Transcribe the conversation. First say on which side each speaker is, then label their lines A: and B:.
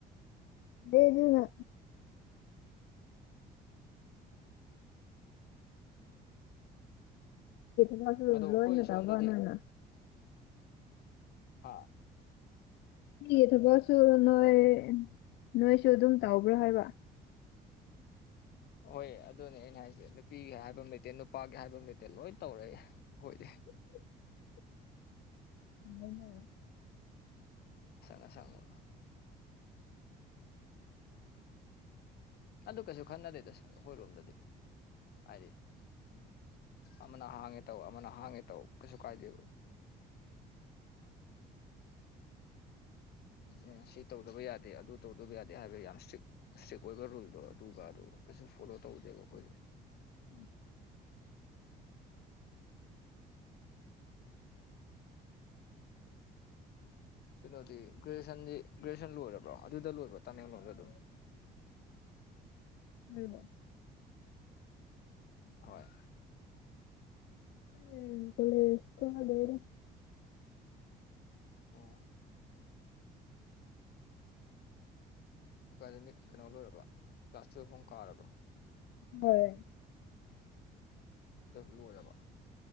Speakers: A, on the left (about 85°); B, on the left (about 70°).
A: ꯂꯩꯗꯨꯅ ꯊ
B: ꯑꯗꯣ
A: ꯂꯣꯏꯅ
B: ꯑꯩꯈꯣꯏ ꯁꯣꯝꯗꯗꯤ
A: ꯇꯕ ꯅꯅ
B: ꯑꯥ
A: ꯑꯗꯨ ꯊꯕꯛꯁꯨ ꯅꯣꯏ ꯅꯣꯏꯁꯨ ꯑꯗꯨꯝ ꯇꯧꯕ꯭ꯔꯥ ꯍꯥꯏꯕ
B: ꯍꯣꯏ ꯑꯗꯨꯅꯦ ꯑꯩꯅ ꯍꯥꯏꯁꯦ ꯅꯨꯄꯤꯒꯤ ꯍꯥꯏꯕ ꯂꯩꯇꯦ ꯅꯨꯄꯥꯒꯤ ꯍꯥꯏꯕ ꯂꯩꯇꯦ ꯂꯣꯏ ꯇꯧꯔꯛꯑꯦ ꯑꯩꯈꯣꯏꯗꯤ
A: ꯑꯣ ꯂꯩꯅ
B: ꯁꯉ ꯁꯒꯣ ꯑꯗꯨ ꯀꯩꯁꯨ ꯈꯟꯅꯗꯦ ꯇꯁ ꯑꯩꯈꯣꯏꯔꯣꯝꯗꯗꯤ ꯍꯥꯏꯗꯤ ꯎꯝ ꯑꯃꯅ ꯍꯥꯡꯉꯦ ꯇꯧ ꯑꯃꯅ ꯍꯥꯡꯉꯦ ꯇꯧ ꯀꯩꯁꯨ ꯀꯥꯏꯗꯦꯕ ꯎꯝ ꯁꯤ ꯇꯧꯗꯕ ꯌꯥꯗꯦ ꯑꯗꯨ ꯇꯧꯗꯕ ꯌꯥꯗꯦ ꯍꯥꯏꯕ ꯌꯥꯝ ꯏꯁꯇ꯭ꯔꯤꯛ ꯏꯁꯇ꯭ꯔꯤꯛ ꯑꯣꯏꯕ ꯔꯨꯜꯗꯣ ꯑꯗꯨꯒ ꯑꯗꯨ ꯀꯩꯁꯨ ꯐꯣꯂꯣ ꯇꯧꯗꯦꯕ ꯑꯩꯈꯣꯏꯁꯦ
A: <unintelligible>
B: ꯀꯩꯅꯣꯗꯤ ꯒ꯭ꯔꯦꯖꯨꯦꯁꯟꯗꯤ ꯒ꯭ꯔꯦꯖꯨꯑꯦꯁꯟ ꯂꯣꯏꯔꯕ꯭ꯔꯣ ꯑꯗꯨꯗ ꯂꯣꯏꯔꯕꯣ ꯇꯃꯦꯡꯂꯣꯡꯗ ꯑꯗꯨꯝ
A: ꯎ
B: ꯍꯣꯏ
A: ꯑ ꯄꯨꯂꯦ ꯀꯗꯔ
B: ꯑꯣ ꯀꯩꯅꯣ ꯂꯣꯏꯔꯕ ꯀ꯭ꯂꯥꯁ ꯇ ꯐꯨꯝ ꯀꯥꯔꯕ
A: ꯍꯣꯏ
B: ꯂꯨꯂꯕ